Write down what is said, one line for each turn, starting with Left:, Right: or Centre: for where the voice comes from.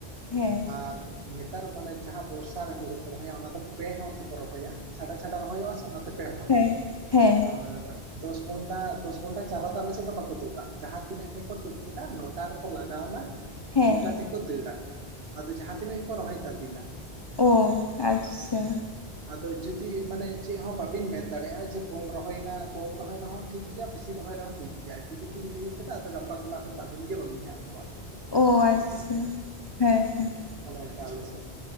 Left: ᱦᱮᱸ
Right: ᱟᱨ ᱱᱮᱛᱟᱨ ᱢᱟᱱᱮ ᱡᱟᱦᱟᱸ ᱵᱚᱨᱥᱟ ᱨᱮ ᱦᱩᱲᱩ ᱠᱚ ᱨᱚᱦᱚᱭᱟ ᱚᱱᱟ ᱫᱚ ᱯᱮ ᱦᱚᱲ ᱛᱮᱠᱚ ᱨᱚᱦᱚᱭᱟ ᱪᱷᱟᱰᱟ ᱪᱷᱟᱰᱟ ᱨᱚᱦᱚᱭᱚᱜᱼᱟ ᱥᱮ ᱚᱱᱟᱛᱮ ᱯᱮ ᱦᱚᱲ
Left: ᱦᱮᱸ, ᱦᱮᱸ
Right: ᱟᱨ ᱫᱚᱥ ᱜᱚᱱᱰᱟ ᱫᱚᱥ ᱜᱚᱱᱰᱟ ᱪᱟᱨᱟ ᱫᱚ ᱟᱞᱮ ᱥᱮᱫ ᱫᱚ ᱵᱟᱠᱚ ᱛᱩᱫᱟ ᱡᱟᱦᱟᱸ ᱛᱤᱱᱟᱹᱜ ᱜᱮᱠᱚ ᱛᱩᱫ ᱠᱮᱫᱟ ᱱᱚᱴᱟ ᱨᱮᱠᱚ ᱞᱟᱜᱟᱣ ᱮᱱᱟ
Left: ᱦᱮᱸ
Right: ᱫᱩᱴᱟ ᱛᱮᱠᱚ ᱫᱟᱹᱲᱟ, ᱟᱫᱚ ᱡᱟᱦᱟᱸᱛᱤᱱᱟᱹᱜ ᱜᱮᱠᱚ ᱨᱚᱦᱚᱭ ᱛᱟᱵᱤᱱᱟ᱾
Left: ᱚ, ᱟᱪᱪᱷᱟ᱾
Right: ᱟᱫᱚ ᱡᱩᱫᱤ ᱢᱟᱱᱮ ᱪᱮᱫ ᱦᱚᱸ ᱵᱟᱵᱤᱱ ᱢᱮᱱ ᱫᱟᱲᱮᱭᱟᱜᱼᱟ ᱡᱮ ᱠᱚᱢ ᱨᱚᱦᱚᱭᱱᱟ ᱠᱚᱢ ᱨᱚᱦᱚᱭ ᱨᱮᱦᱚᱸ ᱴᱷᱤᱠ ᱜᱮᱭᱟ ᱵᱤᱥᱤ ᱨᱚᱦᱚᱭ ᱨᱮᱦᱚᱸ ᱴᱷᱤᱠ ᱜᱮᱭᱟ ᱡᱩᱫᱤ ᱵᱤᱱ ᱞᱟᱹᱭ ᱠᱮᱫᱟ ᱟᱫᱚ ᱜᱟᱯᱟ ᱠᱷᱚᱱᱟᱜ ᱫᱚ ᱠᱟᱹᱢᱤᱱ ᱜᱮ ᱵᱟᱵᱤᱱ ᱧᱟᱢ ᱠᱚᱣᱟ
Left: ᱚ
Right: ᱦᱮᱸᱥᱮ
Left: ᱟᱪᱪᱷᱟ ᱦᱮᱸᱦᱮᱸ
Right: ᱚᱱᱮ ᱚᱱᱠᱟ ᱟᱞᱮᱥᱮᱫ,